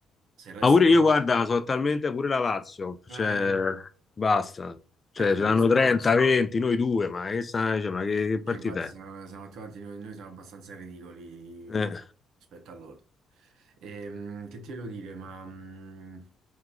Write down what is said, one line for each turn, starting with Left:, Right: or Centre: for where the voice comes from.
Right: se restano...
Left: Ma pure io, guarda, sono talmente pure la Lazio, cioè,
Right: eh, eh,
Left: basta. Cioè,
Right: ecco,
Left: ce
Right: questo...
Left: l'hanno 30, 20, noi due, ma che, sa- cioè, ma che, che partita
Right: Sì, Infatti siamo,
Left: è?
Right: siamo tutti noi, noi siamo abbastanza ridicoli
Left: Eh.
Right: rispetto a loro. Ehm, che ti volevo dire, ma mh,